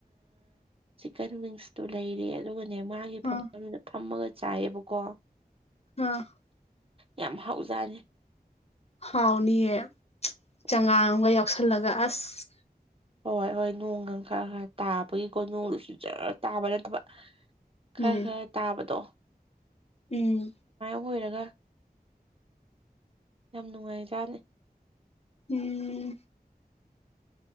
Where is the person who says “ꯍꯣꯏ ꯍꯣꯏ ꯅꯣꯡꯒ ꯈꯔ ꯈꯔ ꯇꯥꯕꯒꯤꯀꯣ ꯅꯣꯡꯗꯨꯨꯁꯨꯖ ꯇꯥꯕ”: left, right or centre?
Right